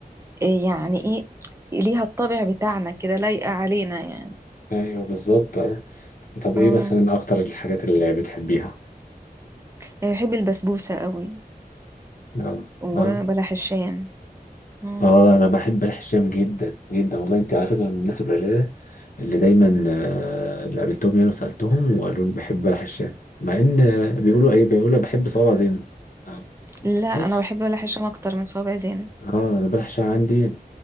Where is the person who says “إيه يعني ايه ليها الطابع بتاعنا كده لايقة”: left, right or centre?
Right